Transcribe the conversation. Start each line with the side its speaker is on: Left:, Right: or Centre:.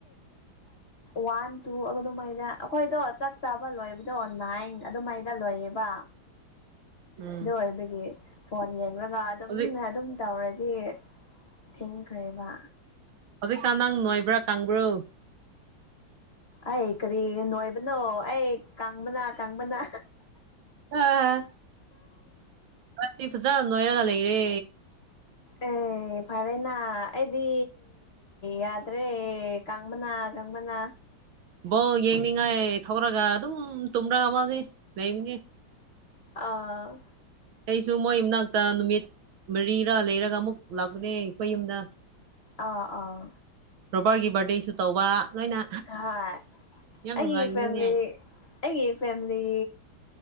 Left: ꯋꯥꯟ ꯇꯨ ꯑꯗꯨꯃꯥꯏꯅ ꯑꯩꯈꯣꯏꯗꯣ ꯆꯥꯛ ꯆꯥꯕ ꯂꯣꯏꯕ ꯗꯣ ꯑꯣ ꯅꯥꯏꯪ ꯑꯗꯨꯃꯥꯏꯗ ꯂꯣꯏꯌꯦꯕ
Right: ꯎꯝ
Left: ꯑꯗꯨ ꯑꯣꯏꯕꯒꯤ ꯐꯣꯟ ꯌꯦꯡꯂꯡꯒ ꯑꯗꯨꯝ
Right: ꯍꯧꯖꯤꯛ
Left: ꯑꯗꯨꯝ ꯇꯧꯔꯗꯤ ꯊꯦꯡꯈ꯭ꯔꯦꯕ
Right: ꯍꯧꯖꯤꯛ ꯀꯥꯟ ꯅꯪ ꯅꯣꯏꯕ꯭ꯔꯥ ꯀꯥꯡꯕ꯭ꯔꯣ
Left: ꯑꯩ ꯀꯔꯤ ꯅꯣꯏꯕꯅꯣ ꯑꯩ ꯀꯪꯕꯅ ꯀꯪꯕꯅ
Right: ꯑ ꯑꯁꯤ ꯐꯖꯅ ꯅꯣꯏꯔꯒ ꯂꯩꯔꯦ
Left: ꯑꯦ ꯑꯦ ꯐꯔꯦꯅꯥ ꯑꯩꯗꯤ ꯌꯥꯗ꯭ꯔꯦ ꯀꯥꯡꯪꯕꯅꯥ ꯀꯥꯡꯪꯕꯅ
Right: ꯕꯣꯜ ꯌꯦꯡꯅꯤꯡꯉꯥꯏ ꯊꯧꯔꯒ ꯑꯗꯨꯝ ꯇꯨꯝꯔꯒ ꯃꯥ ꯂꯩ ꯃꯤꯅꯦ
Left: ꯑꯥ
Right: ꯑꯩꯁꯨ ꯃꯣꯏ ꯃꯥꯅꯥꯛꯇ ꯅꯨꯃꯤꯠ ꯃꯔꯤꯔꯥ ꯂꯩꯔꯒ ꯑꯃꯨꯛ ꯂꯥꯛꯄꯅꯦ ꯑꯩꯈꯣꯏ ꯌꯨꯝꯗ
Left: ꯑꯥ ꯑꯥ
Right: ꯔꯣꯕꯥꯔꯒꯤ ꯕꯥꯔꯗꯦꯁꯨ ꯇꯧꯕ ꯂꯣꯏꯅ
Left: ꯍ
Right: ꯌꯥꯝ
Left: ꯑꯩꯒꯤ
Right: ꯅꯨꯡꯉꯥꯏꯕꯅꯤꯅꯦ
Left: ꯐꯦꯃꯤꯂꯤ ꯑꯩꯒꯤ ꯐꯦꯃꯤꯂꯤ